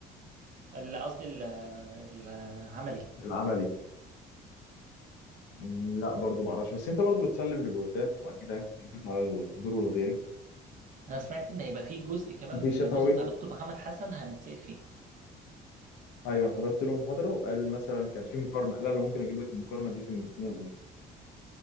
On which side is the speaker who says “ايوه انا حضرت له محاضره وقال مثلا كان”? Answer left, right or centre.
Left